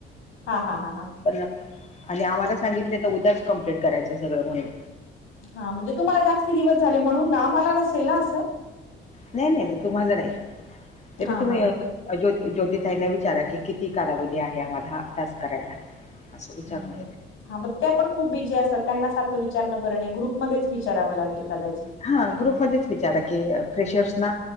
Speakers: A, on the left; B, on the left.
A: हा हा हा हा.
B: पण आणि आम्हाला सांगितले तर उद्याच कम्प्लीट करायच सगळं म्हणून.
A: हा म्हणजे तुम्हाला जास्ती दिवस झाले म्हणून नाम्हाला नसेल ना असं?
B: नाही नाही नाही तुम्हाला नाही तरी
A: हा
B: तुम्ही
A: हा हा.
B: ज्यो ज्योतिताईंना विचारा की किती कालावधी आहे आम्हाला टास्क करायला. असं विचारून
A: हम्म.
B: घेत.
A: हा ब ते पण खूप बिजी असतात त्यांना सारखं विचारणं बरं नाही ग्रुपमध्येच विचारावं लागेल. कदाचित.
B: हां ग्रुपमंध्येंध्येचं विचारां की फेशर्स नां.